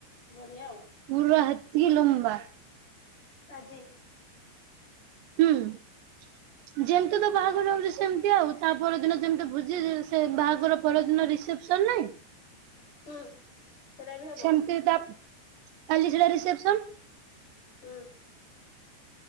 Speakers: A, on the left (about 45°); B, on the right (about 80°).
A: ବଢିଆ ଆଉ।
B: ପୁରା ହେତିକି ଲମ୍ବା।
A: ଆଜି।
B: ହୁଁ ଯେମିତି ତ
A: ଓହୋ
B: ବାହାଘର ହଉଛି ସ ସେମିତି ଆଉ ତା ପରଦିନ ଯେମିତି ଭୋଜି ଯି ସେ ବାହା ଘର ପରଦିନ ରିସେପସନ୍ ନାହିଁ
A: ହୁଁ ସେଟା ବି ହବ
B: ସେମିତି ତା କାଲି ସିଲା ରିସେପ୍ସନ୍।
A: ହୁଁ